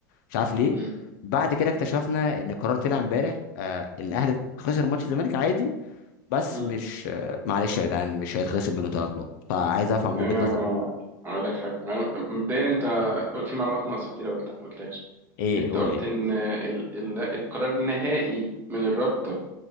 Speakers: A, on the left; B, on the right.
A: مش عارف ليه
B: مم.
A: بعد كده اكتشفنا ان القرار طلع امبارح آه إن الاهلي خسر ماتش الزمالك عادي بس
B: مم.
A: مش آه معلش يا جدعان مش هيتخصم منه ثلاث نقط فعايز افهم
B: آه،
A: وجهه نظرك
B: اقول لك حاجه معلو- مبدئيا انت قلت- في معلومات ناقصه كتير قلت ما قلتهاش
A: ايه
B: انت
A: قول
B: قلت
A: لي
B: ان ال... ال... القرار النهائي من الرابطه